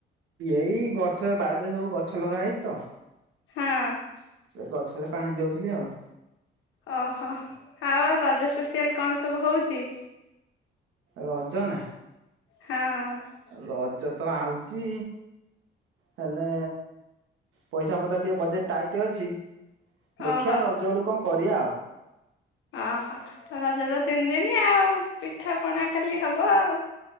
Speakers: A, on the right (about 85°); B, on the left (about 85°).
A: ଏଇ ଗଛ ବାଡ଼ିରେ ସବୁ ଗଛ ଲଗାହଇଚିତ।
B: ହଁ।
A: ସେଇ ଗଛରେ ପାଣି ଦେଉଥିଲି ଆଉ।
B: ଓହୋ ଆଉ ରଜ ସ୍ପେଶିଆଲ କଣ ସବୁ ହଉଚି?
A: ରଜ ନା
B: ହଁ।
A: ରଜତ ଆଉଚି। ହେଲେ ପଇସା ପତ୍ର ଟିକେ ବଜେଟ ଟାଇଟ୍ ଅଛି। ଦେଖିଆ
B: ଓହୋ
A: ରଜ ବେଳକୁ କଣ କରିବା ଆଉ।
B: ଓହୋ। ରଜତ ତିନି ଦିନି ଆଉ ପିଠା ପଣା ଖାଲି ହବ ଆଉ।